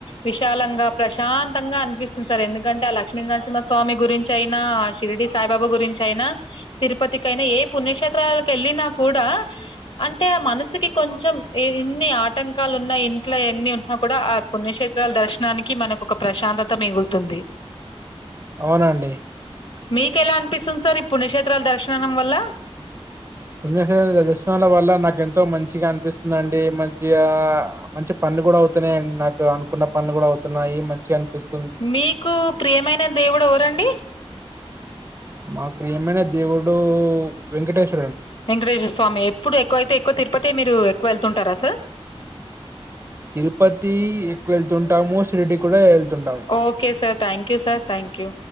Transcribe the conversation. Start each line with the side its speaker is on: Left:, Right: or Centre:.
Left: విశాలంగా ప్రశాంతంగా అనిపిస్తుంది సార్ ఎందుకంటే ఆ ల క్ష్మీనరసింహ స్వామి గురించి అయినా ఆ షిరిడి సాయిబాబా గురించి అయినా తిరుపతికైనా ఏ పుణ్యక్షేత్రాలకెళ్ళినా కూడా అంటే ఆ మనసుకి కొంచెం ఇన్ని ఆటంకాలు ఉన్నాయి ఇంట్లో ఎన్ని నా కూడా పుణ్యకత్రాల దర్శనానికి మనకు ఒక ప్రశాంతత మిగులుతుంది
Right: అవునండి
Left: మీకెలా
Right: మీ
Left: అనిపిస్తుంది సార్ ఈ పుణ్యక్షేత్రాల దర్శనం వల్ల?
Right: పణ్య క దర్శనా వల్ నాకు ఎంతో మంచిగా అనిపిస్తుందిండి మంచిగా మంచి పనులు కూడా అవుతున్నాయి నాకు అను న్న పనిలు కూడా అవుతున్నాయి మంచిగా అనిపిస్తుంది
Left: మీకు ప్రియమైన దేవుడు ఎవరండి
Right: మా ప్రయమేనే దేవుడు వెంకటేశ
Left: వెంకటేశ్వర స్వామి ఎప్పుడు ఎక్కువ అయితే ఎక్కువ తిరుపతి మీరు ఎక్కువ వెళ్తుంటారా సార్
Right: తిరుపతి ఎక్కువ వెళ్తుంటాము సిరిడ్డి కూడా వెళ్తుంటాము
Left: okay sir thank you sir thank you